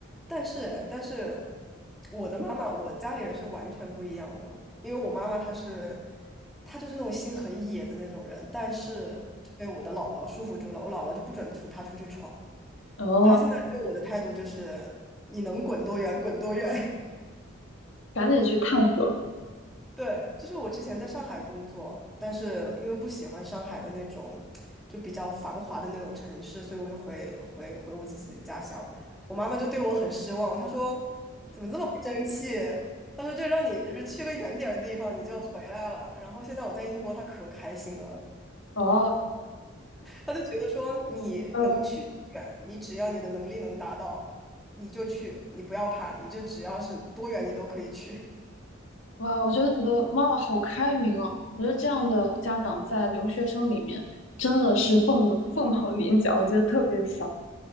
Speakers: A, in the centre; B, on the left (about 70°).
A: 但是但是我的妈妈，我家里人是完全不一样的，因为我妈妈她是她就是那种心很野的那种人，但是就被我的姥姥束缚住了，我姥姥就不准出她出去闯，
B: 哦，
A: 她现在对我的态度就是你能滚多远滚多远，
B: 赶紧去探索。
A: 对，就是我之前在上海工作，但是因为不喜欢上海的那种就比较繁华的那种城市，所以我就回回回我自己的家乡。我妈妈就对我很失望，她说这么不争气，她说就让你就是去个远点儿的地方你就回来了。然后现在我在英国，她可开心了，
B: 哦，
A: 她就觉得说你能去多远，
B: 嗯，
A: 你只要你的能力能达到，你就去，你不要怕，你就只要是多远你都可以去。
B: 哇，我觉得你的妈妈好开明啊！我觉得这样的家长在留学生里面真的是凤凤毛麟角，我觉得特别少